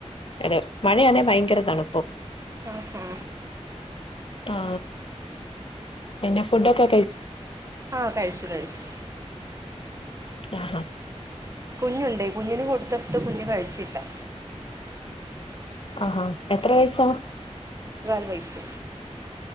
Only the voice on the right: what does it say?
ആഹാ
ആ കഴിച്ചു കഴിച്ചു
കുഞ്ഞുണ്ടേ കുഞ്ഞിന് കൊടുത്തിട്ട് കുഞ്ഞ് കഴിച്ചില്ലാ
വൈസ്‌